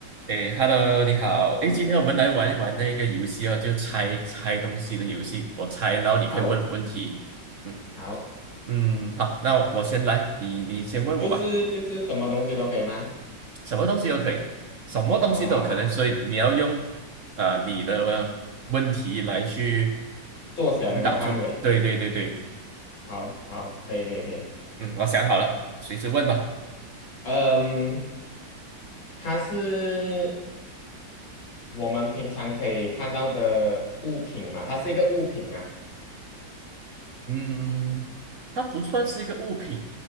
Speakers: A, on the right; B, on the left.
A: 诶，Hello，你好。
B: 任务
A: 诶，今天我们来玩一玩那个游戏哦，就猜猜东西的游戏。我猜，然后你可以问我问题。
B: 好
A: 嗯
B: 好，
A: 嗯，好，那我先来，你你先问我吧。
B: 就是就是什么东西都可以吗？
A: 什么东西都可以，什么东西都有可能，
B: 好好好，
A: 所以你要用啊、呃你的问题来去
B: 缩小那个范围，
A: 引导出。对对对对，
B: 好好，可以可以可以。
A: 嗯，我想好了，随时问吧。
B: 嗯，它是我们平常可以看到的物品嘛？它是一个物品嘛？
A: 嗯，它不算是一个物品，